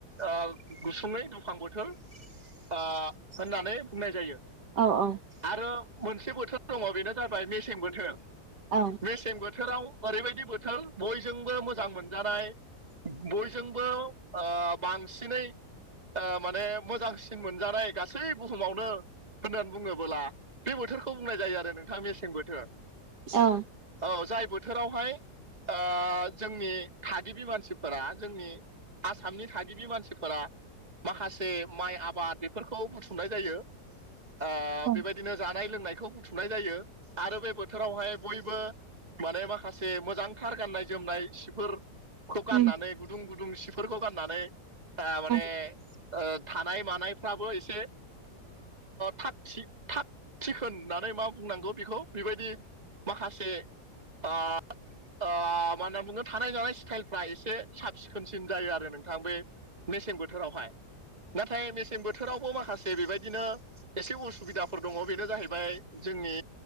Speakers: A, on the right; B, on the right.
A: ओ गुसुङै दुफां बोथोर आ होननानै बुंनाय जायो।
B: औ औ।
A: आरो मोनसे बोथोर दङ बेनो जाबाय मेसें बोथोर।
B: औ।
A: मेसें बोथोराव ओरैबायदि बोथोर बयजोंबो मोजां मोनजानाय बयजोंबो बांसिनै ओ माने मोजांसिन मोनजानाय गासै बुहुमावनो होननानै बुङोबोला बे बोथोरखौ बुंनाय जायो आरो नोंथां मेसें बोथोर।
B: औ
A: औ जाय बोथोरावहाय आ जोंनि थाग थागिबि मानसिफोरा जोंनि आसामनि थागिबि मानसिफोरा माखासे माइ आबाद बेफोरखौ बुथुमनाय जायो आ बेबायदिनो
B: उम
A: ज दाय लोंनायखौ बुथुमनाय जायो आरो बे बोथोरावहाय बयबो माने माखासे मोजांथार गाननाय जोमनाय सिफोर खौ
B: औ
A: गाननानै
B: औ
A: गुदुं गुदुं सिफोरखौ गाननानै माने
B: औ
A: ओ थानाय मानायफ्राबो ओ एसे थाग थिखोन होननानै मा बुंनांगौ बेखौ बेबायदि माखासे आ आ मा होनना बुङो थानाय जानाय स्टाइलफ्रा एसे साब सिखोनसिन जायो आरो नोंथां बे मेसें बोथोरावहाय नाथाय मेसें मेसें बोथोरावबो माखासे बेबायदिनो एसे उसुबिदाफोर दङ बेनो जाहैबाय जोंनि